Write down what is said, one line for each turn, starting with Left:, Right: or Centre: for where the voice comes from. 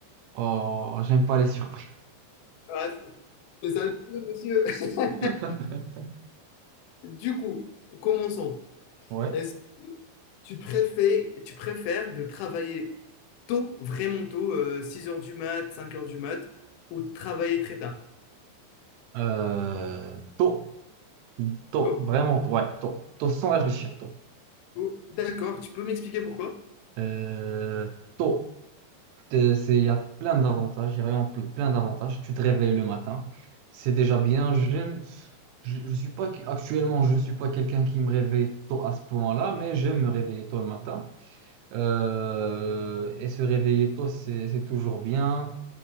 Right: Oh, j'aime pas les surprises.
Left: Ah, c'est c'est ça, le jeu, monsieur. <laughs>
Right: <laughs>
Left: Du coup, commençons.
Right: Ouais.
Left: Est-ce que tu préfères, tu préfères de travailler tôt, vraiment tôt, euh, 6 heures du mat, 5 heures du mat, ou de travailler très tard?
Right: Euh, tôt, tôt,
Left: Oh,
Right: vraiment, ouais, tôt, tôt, sans réfléchir, tôt.
Left: oh, d'accord, tu peux m'expliquer pourquoi?
Right: Euh, tôt. euh, c'est, il y a plein d'avantages, il y a vraiment ple- plein d'avantages. Tu te réveilles le matin, c'est déjà bien. J'aime, je, je suis pas, actuellement, je suis pas quelqu'un qui me réveille tôt à ce point-là, mais j'aime me réveiller tôt le matin. Euh, et se réveiller tôt, c'est, c'est toujours bien